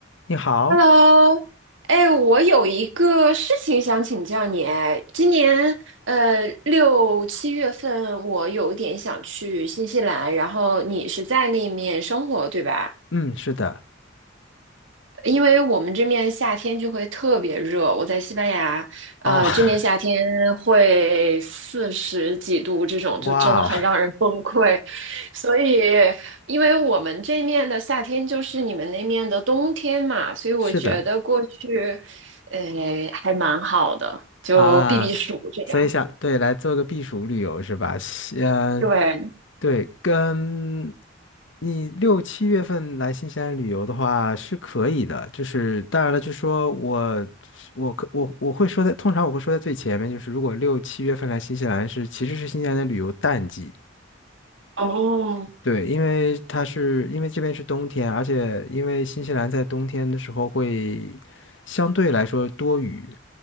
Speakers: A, on the left; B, on the right.
A: 你好，
B: Hello，哎，我有一个事情想请教你。哎，今年呃六七月份，我有点想去新西兰，然后你是在那面生活，对吧？
A: 嗯，是的，
B: 因为我们这面夏天就会特别热，我在西班牙，呃，
A: 哦，<laughs>
B: 这面夏天会四十几度，这种就真的很让人崩溃。
A: 哇哦，
B: 所以，因为我们这面的夏天就是你们那面的冬天嘛，所以我觉得过去，
A: 是的
B: 呃，还蛮好的，就避避暑这样。
A: 啊，所以想，对，来做个避暑旅游是吧？西嗯，
B: 对，
A: 对，跟你六七月份来新西兰旅游的话是可以的，就是当然了，就说我我可我我会说在，通常我会说在最前面，就是如果六七月份来新西兰是其实是新西兰的旅游淡季，
B: 哦，
A: 对，因为它是因为这边是冬天，而且因为新西兰在冬天的时候会相对来说多雨，